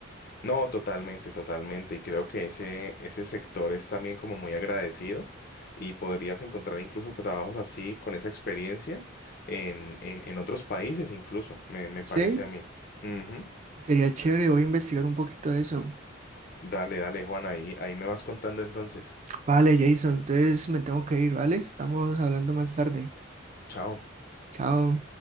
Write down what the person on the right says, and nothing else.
¿Sí?
Sería chévere, voy a investigar un poquito de eso.
Vale, Jason, entonces me tengo que ir, ¿vale? Estamos hablando más tarde.
Chao.